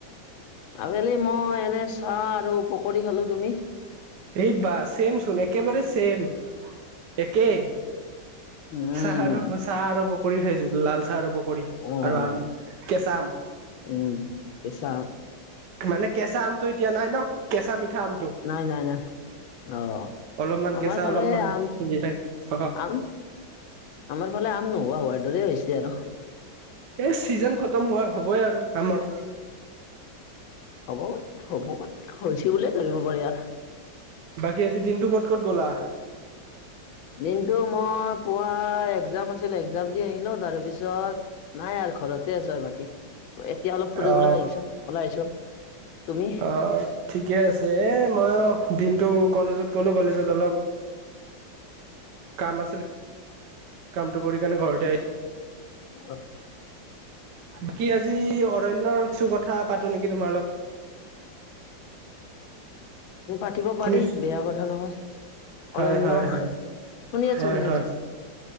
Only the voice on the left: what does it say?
আবেলি মই এনে চাহ আৰু পকৰি খালো, তুমি?
উম
আহ
উম, কেচা
নাই, নাই, নাই। অ
আমাৰ
ফালে
আম
আম আমাৰ ফালে আম নোহোৱা হোৱাৰ দৰে হৈছে আৰু।
হ'ব, হ'ব হৈছে বুলিয়ে ধৰিব পাৰি আৰু।
দিনটো মই পুৱা এক্সাম আছিল এক্সাম দি আহিলো, তাৰপিছত নাই আৰু ঘৰতে আছো আৰু বাকী এতিয়া অলপ ফুৰিবলৈ
আহিছো ওলাই আহিছো, তুমি?
অ'।
পাতিব পাৰি
বেয়া কথা নহয়,
অৰণ্য,
শুনি আছো
শুনি
আছো।